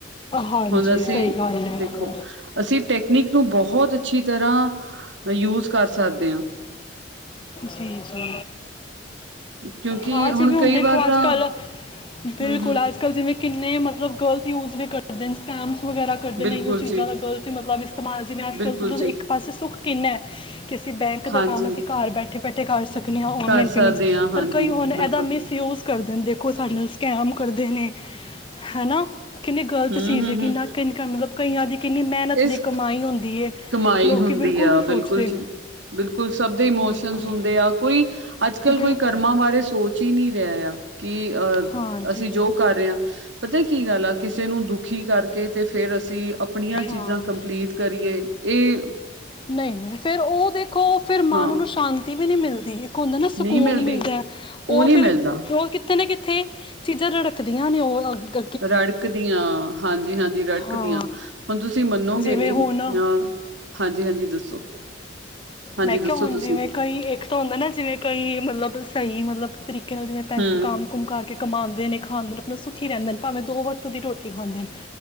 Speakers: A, on the left; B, on the right.
A: ਹਾਂਜੀ
B: ਹੁਨ ਅਸੀ
A: ਸਹੀ ਗੱਲ ਹੈ
B: ਦੇਖੋ ਅਸੀਂ ਟੈਕਨੀਕ ਨੂੰ ਬਹੁਤ ਅੱਛੀ ਤਰਾਂ ਯੂਜ ਕਰ ਸਕਦੇ ਆ।
A: ਜੀ ਜੀ
B: ਕਿਉਂਕਿ
A: ਹਾਂ
B: ਹੁਣ
A: ਜਿਵੇਂ ਹੁਨ
B: ਕਈ
A: ਦੇਖੋ
B: ਵਾਰ ਤਾਂ
A: ਅੱਜ ਕੱਲ੍ ਬਿਲਕੁਲ
B: ਹਮ ਹਮ
A: ਅਜ ਕੱਲ ਅੱਜ ਕਲ ਜਿਵੇਂ ਕਿੰਨੇ ਮਤਲਬ ਗਲਤ ਯੂਜ ਵੀ ਕਰਦੇ ਨੇ ਸਕੈਮਸ ਵਗੈਰਾ ਕਰਦੇ
B: ਬਿਲਕੁਲ
A: ਨੇ ਐਹੀਓ ਚੀਜ਼ਾਂ
B: ਜੀ
A: ਦਾ ਗਲਤ ਹੀ ਮਤਲਬ ਇਸਤੇਮਾਲ ਜੀਵੇਂ ਅਜ
B: ਬਿਲਕੁਲ
A: ਕੱਲ ਜ
B: ਜੀ
A: ਇੱਕ ਪਾਸੇ ਸੁੱਖ ਕਿੰਨਾ ਕਿ ਅਸੀਂ ਬੈਂਕ
B: ਹਾਂਜੀ
A: ਦਾ ਕੰਮ ਅਸੀਂ ਘਰ ਬੈਠ ਬੈਠੇ ਕਰ ਸਕਨੇ ਆ ਔਨਲਾਈਨ
B: ਕਰ
A: ਪੇਮੈਂਟਸ
B: ਸਕਦੇ ਹਾਂ
A: ਪਰ
B: ਹਾਂਜੀ
A: ਕਈ ਹੁਨ ਇਹਦਾ
B: ਬਿਲਕੁਲ
A: ਮਿਸਯੂਜ ਕਰਦੇ ਨੇ ਦੇਖੋ ਸਾਡੇ ਨਾਲ ਸਕੈਮ ਕਰਦੇ ਨੇ ਹੈਨਾ ਕਿੰਨੀ ਗ਼ਲਤ
B: ਹਮ
A: ਚੀਜ਼
B: ਹਮ
A: ਏ
B: ਹਮ
A: ਕਿੰਨਾ ਕਿਨਕਾ ਮਤਲਬ ਕਈਆਂ ਦੀ ਕਿੰਨੀ ਮਿਹਨਤ
B: ਇਸ
A: ਦੀ ਕਮਾਈ ਹੁੰਦੀ ਏ
B: ਕਮਾਈ
A: ਲੋਕ
B: ਹੁੰਦੀ
A: ਬਿਲਕੁਲ
B: ਆ
A: ਨੀ ਸੋਚਦੇ।
B: ਜੀ। ਬਿਲਕੁਲ ਸਭ ਦੇ ਇਮੋਸ਼ਨਜ
A: ਬਿਲਕੁਲ
B: ਹੁੰਦੇ ਆ ਕੋਈ ਅੱਜ ਕੱਲ
A: ਬਿਲਕੁਲ
B: ਕੋਈ ਕਰਮਾਂ ਬਾਰੇ ਸੋਚ ਹੀ ਨਹੀਂ ਰਿਹਾ ਆ ਕਿ ਅਹ
A: ਹਾਂ
B: ਅਸੀਂ ਜੋ ਕਰ ਰਹੇ ਆ ਪਤਾ ਏ ਕੀ ਗੱਲ ਆ ਕਿਸੇ ਨੂੰ ਦੁਖੀ ਕਰਕੇ ਤੇ ਫੇਰ ਅਸੀਂ ਅਪਨੀ
A: ਹਾਂ
B: ਚੀਜ਼ਾਂ ਕੰਪਲੀਟ ਕਰੀਏ ਏਹ
A: ਨਹੀਂ ਨਹੀਂ ਫੇਰ ਓਹ ਦੇਖੋ ਫੇਰ ਮਨ
B: ਹਾਂ
A: ਨੂੰ ਸ਼ਾਂਤੀ ਵੀ ਨਹੀਂ ਮਿਲਦੀ ਇਕ ਹੁੰਦਾ ਨਾ ਸਕੂਨ
B: ਨਹੀਂ ਮਿਲਦੀ
A: ਮਿਲਦਾ
B: ਉਹ
A: ਓਹ
B: ਨਹੀਂ
A: ਫਿਰ
B: ਮਿਲਦਾ
A: ਓਹ ਕਿੱਥੇ ਨਾ ਕਿੱਥੇ ਚੀਜ਼ਾਂ ਰੱੜਕਦੀਆਂ ਨੇ ਓਹ ਅਗ
B: ਰੜਕਦੀਆਂ ਹਾਂਜੀ ਹਾਂਜੀ ਰੜਕਦੀਆਂ
A: ਹਾਂ
B: ਹੁਨ ਤੁਸੀਂ ਮੰਨੋਗੇ
A: ਜਿਵੇਂ
B: ਨੀ
A: ਹੁਣ
B: ਨਾ ਹਾਂਜੀ ਹਾਂਜੀ ਦੱਸੋ ਹਾਂਜੀ
A: ਮੈਂ ਕਿਆ
B: ਦੱਸੋ
A: ਹੁਨ
B: ਤੁਸੀਂ
A: ਜਿਵੇਂ ਕਈ ਇੱਕ ਤਾਂ ਹੁੰਦਾ ਨਾ ਜਿਵੇਂ ਕਈ ਮਤਲਬ ਸਹੀ ਮਤਲਬ ਤਰੀਕੇ ਨਾਲ ਜਿਵੇਂ ਪੈਸੇ
B: ਹਮ
A: ਕਮ ਕੁਮ ਕਰਕੇ ਕਮਾੰਦੇ ਨੇ ਖਾਂਦੇ ਨੇ ਆਪਨਾ ਸੁਖੀ ਰਹਿੰਦੇ ਨੇ ਭਾਵੇਂ ਦੋ ਵਕਤ ਦੀ ਰੋਟੀ ਖਾਂਦੇ ਨੇ